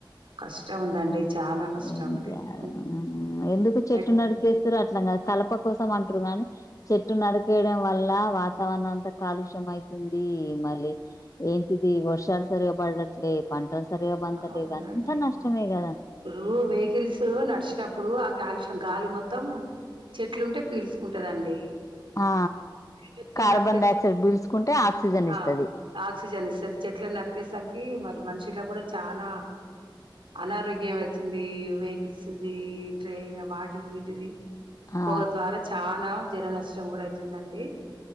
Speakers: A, on the right; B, on the left.
A: కష్టం ఉందండి. చానా కష్టం
B: ఏం
A: ఉంది.
B: చేయాల్నో
A: హ్మ్.
B: ఎందుకు చెట్టు
A: ఎట్
B: నరికేస్తున్నారో అర్థ. కలప కోసం అంటారు కానీ చెట్టు నరికేయడం వల్ల వాతావరణం అంతా కాలుష్యం అయితుంది. ఈ మళ్ళీ ఏంటిది వర్షాలు సరిగా పడట్లే. పంటలు సరిగా బంతలే
A: అవునండి.
B: ఇద అంతా నష్టంమే ఇగ.
A: ఇప్పుడు వెహికల్స్ నడిచినప్పుడు ఆ కాలుష్యం గాలి మొత్తం చెట్లు ఉంటే. పీలుసుకుంటదండి.
B: ఆ!
A: చెట్లను
B: కార్బన్
A: నరికేసి
B: డయాక్సైడ్ పీల్చుకుంటే ఆక్సిజన్
A: ఆహ్
B: ఇస్తది.
A: ఆక్సిజన్ ఇస్తది చెట్లను నరికేసరికి. మరి మనుషుల కూడా చానా. అనారోగ్యం అయితుంది వెహికల్స్ది ట్రైన్ వాటిది వీటిది.
B: ఆ!
A: పొగ ద్వారా చానా జన నష్టం కూడా అయితుందండి.